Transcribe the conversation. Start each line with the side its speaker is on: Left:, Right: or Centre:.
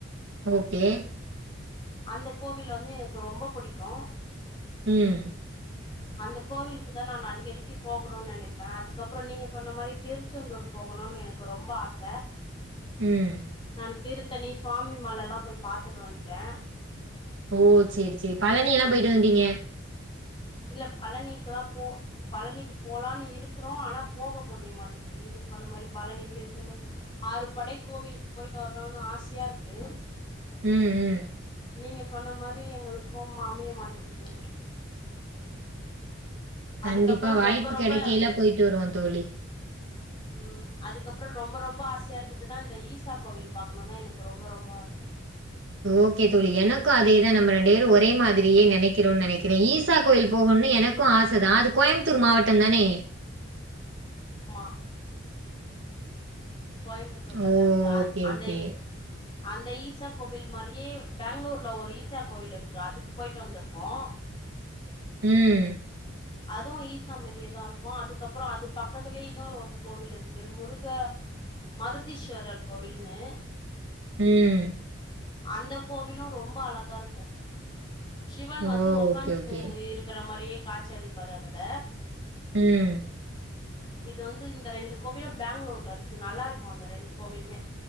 Right: ஓகே
Left: அந்த கோவில் வந்து எனக்கு ரொம்ப புடிக்கு
Right: ம்
Left: அந்த கோவிலுக்கு தா நானு அடிக்கடிக்கு போகணுன் நெனைப்பே அதுக்கப்பற நீங்க சொன்ன மாரி திருச்செந்தூர் போகணுன் எனக் கு ரொம்ப ஆச
Right: ம்
Left: நான் திருத்தணி சுவாமி மலலா போய் பாத்துட்டு வந்ட்டே
Right: ஓ சேரி சேரி பழனிலா போயிட்டு வந்துடீங்க
Left: இல்ல பழனிக்குலா போ பழனிக்கு போலான்னு இருக்குறோ ஆனா போக முடிய மாட்டேங்குது நீங்க சொன்ன மாரி பழனி திருச்செந்தூர் ஆறுபடை கோவிலுக்கு போயிட்டு வர்ணுனு ஆசயா இருக்கு
Right: ம் ம்
Left: நீங்க சொன்ன மாரி எங்களுக்கும் அமைய மாட்டிக்குது அதுக்கப்புறோ
Right: கண்டிப்பா வாய்ப்பு
Left: ரொம்ப ரொம்ப
Right: கெடைக்கைல போயிட்டு வருவோ தோழி
Left: ம் அதுக்கப்ற ரொம்ப ரொம்ப ஆசையா இருக்குதுனா இந்த ஈசா கோவில் பாக்கணுனு எனக்கு ரொம்ப ரொம்ப ஆச
Right: ஓகே தோழி எனக்கும் அதே தா நம்ம ரெண்டு பேரும் ஒரே மாதிரியே நெனைக்கிறோனு நெனைக்கிறேன் ஈசா கோயில் போகணுனு எனக் கும் ஆச தா அது கோயம்புத்தூர் மாவட்டம் தானே
Left: மா கோயம்புத்தூர்ல
Right: ஓ!
Left: தா இருக்கு அ
Right: ஓகே,
Left: அந்த
Right: ஓகே.
Left: அந்த ஈசா கோவில் மாதிரியே பெங்களூர்ல ஒரு ஈசா கோவில் இருக்கு அதுக்கு போயிட்டு வந்திருக்கோ
Right: ம்
Left: அதுவும் ஈசா மாரியே தா இருக்கும் அதுக்கப்புறம் அது பக்கத்துலயே இன்னொரு ஒரு கோவில் இருக்கு முருக மருதீஸ்வரர் கோவில்னு
Right: ம்
Left: அந்த கோவிலும் ரொம்ப அழகா இருக்கும் சிவன்
Right: ஓ!
Left: வந்து உக்காஞ்ஜுனு
Right: ஓகே, ஓகே.
Left: இருக்கிற மாரியே காட்சி அளிப்பாரு அதுல
Right: ம்
Left: இது வந்து இந்த ரெண்டு கோவிலும் பாங்களூர்ல இருக்கு நல்லா இருக்கும் அந்த ரெண்டு கோவிலுமே